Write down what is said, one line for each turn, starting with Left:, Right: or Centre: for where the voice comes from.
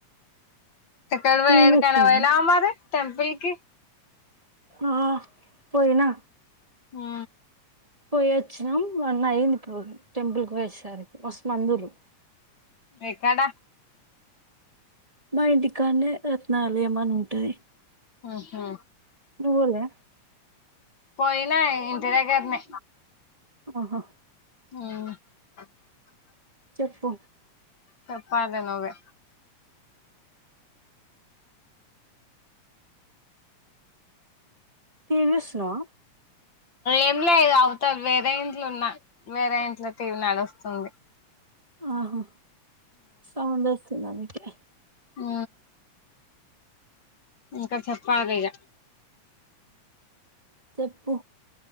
Left: ఎక్కడ
Right: టీవీ
Left: పోయి ఏడికైనా
Right: చూస్తున్నావా?
Left: పోయినావా మరి టెంపుల్కి
Right: ఆ పోయినా
Left: ఆ
Right: పోయి వచ్చినాం వన్ అయింది పోయి టెంపుల్కి పోయేసరికి మస్తు మందుర్రు
Left: ఎక్కడా
Right: మా ఇంటి కాన్నే రత్నాలయమం అని ఉంటది
Left: ఆహా
Right: నువ్వు పోలే?
Left: పోయినా ఇంటి దగ్గరనే
Right: ఆహా
Left: ఆ
Right: చెప్పు
Left: చెప్పాలి నువ్వే
Right: టీవీ చూస్తున్నావా
Left: ఏం లేదు అవుతారు వేరే ఇంట్లున్నా వేరే ఇంట్లో టీవీ నడుస్తుంది
Right: ఆహా సౌండ్ వస్ స్తుంది అందుకే
Left: ఆ ఇంకా చెప్ప ఆగ ఇక
Right: చెప్పు